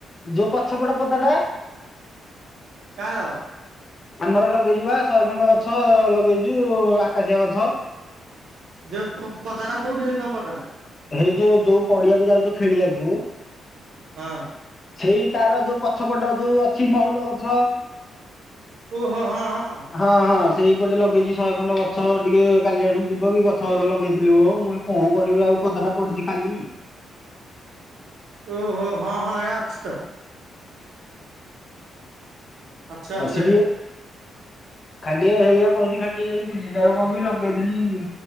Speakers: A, on the left (about 30°); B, on the right (about 65°).
A: ଯୋଉ ପଛପଟ ପଦା ଟା
B: କାହାର?
A: ଆମର ଲଗେଇଚୁ ବା ଶହେ ଖଣ୍ଡ ଗଛ ଲଗେଇଚୁ ଆକାଶିଆ ଗଛ।
B: ଯୋଉ ପ-ପଦାଟା କୋଉଠି ତୋମ ପଦାଟା?
A: ହେଇ ଯୋଉ ଯୋଉ ପଡିିଆକୁ ଯାଉଚ ଖେଳିବାକୁ
B: ହଁ।
A: ସେଇ ତାର ଯୋଉ ପଛପଟ ଯୋଉ ଅଛି ମହୁଲ ଗଛ।
B: ଓହୋ, ହଁ, ହଁ।
A: ହଁ, ହଁ ସେଇପଟେ ଲଗେଇଚି ଶହେ ଖଣ୍ଡ ଗଛ ଟିକେ କାଲି ଆଡକୁ ଯିବ କି ଗଛ ଗୁରା ଲଗେଇଥିଲି ବ। ମୁଁ କଣ କରିବି ଆଉ ପଦ ଟା ପଡିଚି ଖାଲି।
B: ଓହୋ, ହଁ, ହଁ ଏ ଆଛି ତ। ଅଛି ଅଛି
A: ଅଛିକି?
B: ଏଇଟା
A: ଖାଲି ଏହିଆ କହୁଚି ଖାଲି ଟିକେ ଯାଇକି ବୁଲିଆଇବ କଣ କି ଲଗେଇ ଦେଲି।